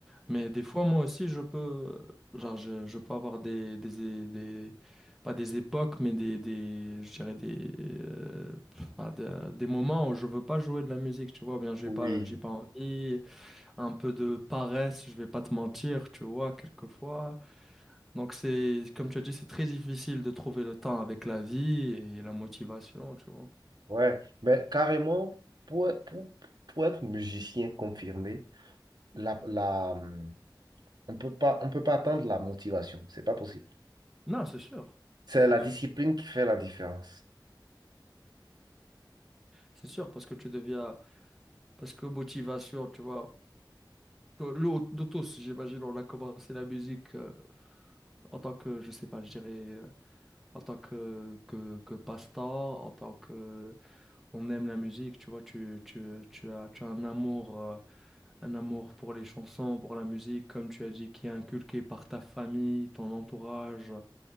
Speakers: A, in the centre; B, on the right.
A: Mais des fois, moi aussi, je peux, genre, je, je peux avoir des, des, des, des- pas des époques, mais des, des, je dirais des, euh, pff, bah, des, des moments où je veux pas jouer de la musique, tu vois, ou bien j'ai
B: Oui,
A: pas, j'ai pas envie un peu de paresse, je vais pas te mentir, tu vois, quelquefois. Donc c'est, comme tu as dit, c'est très difficile de trouver le temps avec la vie et la motivation, tu vois.
B: ouais. Mais carrément, pour, pour, pour être musicien confirmé, la, la, hum, on peut pas, on peut pas attendre la motivation. C'est pas possible.
A: Non, c'est sûr.
B: C'est
A: Non, c'est
B: la
A: sûr.
B: discipline qui fait la différence.
A: C'est sûr parce que tu deviens, parce que motivation, tu vois, que l'au- de tous, j'imagine, on a commencé la musique euh, en tant que, je sais pas, je dirais, euh, en tant que, que, que passe-temps, en tant que, on aime la musique, tu vois, tu, tu, tu as, tu as un amour. euh, un amour pour les chansons, pour la musique, comme tu as dit, qui est inculqué par ta famille, ton entourage,